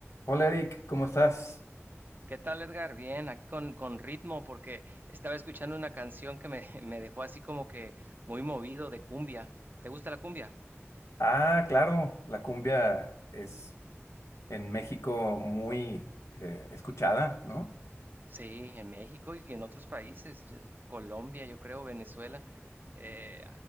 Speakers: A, on the left (about 80°); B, on the right (about 40°).
A: Hola Eric, ¿cómo estás?
B: ¿Qué tal, Edgar? Bien, aquí con, con ritmo, porque estaba escuchando una canción que me, <laughs> me dejó así como que muy movido de cumbia. ¿Te gusta la cumbia?
A: Ah, claro, la cumbia es en México muy eh, escuchada, ¿no?
B: Sí, en México y en otros países, yo- Colombia, yo creo, Venezuela. eh,